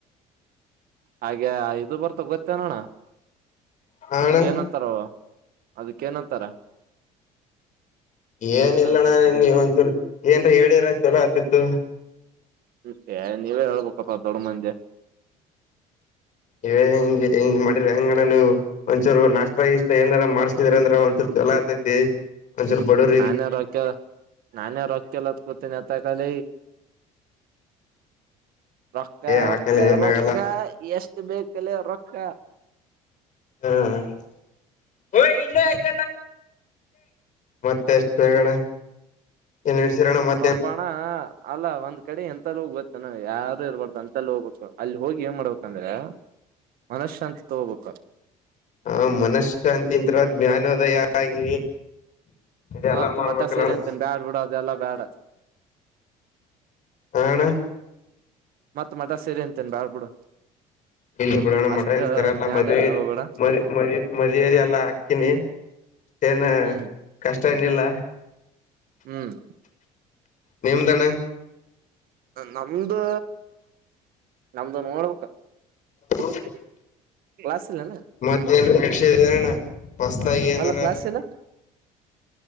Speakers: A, on the right; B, on the left.
A: ಹಾಗೆ ಇದು ಬರ್ತ ಗೊತ್ತೇ ಅನೋಣ
B: ಹಾ ಅಣ್ಣ
A: ಏನಂತಾರ ಅದಕ್ಕ ಏನಂತಾರ
B: ಏನಿಲ್ಲಣ್ಣನ್
A: ಏನಂತಾರ ತಡಿ
B: ನೀವ ಒಂದಚೂರು ಏನ್ರ ಹೇಳಿರ ಚಲೋ ಆತಿತ್ತು
A: ಹ್ಮ ಸ ನೀವೇ ಹೇಳ್ಬೇಕಪ್ಪ ದೊಡ್ಡ ಮಂದಿ
B: ಇ ಹೆಂಗಗೆ ಹೆಂಗ್ ಮಾಡಿಿ ಹೆಂಗಣ್ಣನು ಒಂದಂಚೂರು ನಾಷ್ಟ ಇಷ್ಟ ಏನಾರ ಮಾಡ್ಸಿದ್ರ ಅಂದ್ರೆ ಒಂಚೂರು ಚಲ ಆತೈತಿ ಅಂಜರ್ ಬಡರ್
A: ನಾನೇ ರೊಕ್ಕ ನಾನ ರೊಕ್ಕಲತ್ ಕೊತನೆ ಅತ ಕಾಲ ರೊಕ್ಕ
B: ಏ ಹಾಕಲ್ಲ
A: ರೊಕ್ಕ
B: ಏನಾಗಲ್ಲ
A: ರೊಕ್ಕ ಎಷ್ಟು ಬೇಕಲ್ಲಿ ರೊಕ್ಕ
B: ಹ್ಮ ಹಯ ಇಲ್ಲೇ ಆಯ್ತ ಮತ್ತೆ ಎಷ್ಟು ಬೇಗಣ ಏನ್ ಹಡ್ಸಿರೋಣ್ಣ ಮತ್ತೆ
A: ಸ್ವಲ್ಪ ಅಲ್ಲ ಒಂದ್ ಕಡೆ ಎಂತ ಹೋಗಿ ಗೊತ್ತೆ ನ ಯಾರು ಇರ್ಬಾರ್ದು ಅಂತಲ್ಲಿ ಹೋಗ್ಬೇಕು ಅಲ್ಲಿ ಹೋಗಿ ಏನ್ ಮಾಡ್ಬೇಕು ಯಾಂದ್ರೆ ಮನಶಶಾಂತಿ ತಗೋಬೇಕ
B: ಆ ಮನಶಶಾಂತಿನ್ ತರ ಜ್ಞಾನೋದಯ ಆಗಿ ಇದೆಲ್ಲಾ
A: ಮತ್ತತ್
B: ಮಾಡ್ಬೇಕಲ್ಲ
A: ಮಟೆ ಸೇರೆ
B: ಅಣ್ಣ
A: ಅಂತೇನ್ಿ ಬ್ಯಾಡ್ ಬಿಡ ಅದೆಲ್ಲಾ ಬ್ಯಾಡ
B: ಆಣ
A: ಮತ್ತತ್ ಮಟ ಸೇರಿ ಅಂತೇನ್ ಬಾಳ್ ಬಿಡು
B: ಇಲ್ಲಿ ಬಿಡೋಣ
A: ಅಷ್ಟ
B: ಮಠ ಏ ಸರಿ ಎಲ್ಲ
A: ಜ್ಞಾನ
B: ಮದ್್
A: ಅಂತ ಹೋಗ್ಬೇಡ
B: ಮದ್ ಮದುವದೆ ಎಲ್ಲಾ ಹಾಕ್ತೀನಿ ಏನು
A: ಹ್ಮ್
B: ಕಷ್ಟ ಏನಿಲ್ಲ
A: ಹ್ಮ್
B: ನಿಮ್ದಣೆ
A: ನಮ್ದು ನಮ್ದು ನೋಡ್ಬೇಕ.
B: ಹ.
A: ಕ್ಲಾಸ್ ಇಲ್ಲೇನ
B: ಮತ್ತೆಣ್ಣ ಮಸ್ತಾಗಿ ಏನಾರ..
A: ಅಲ್ಲ ಕ್ಲಾಸ್ ಇಲ್ಲ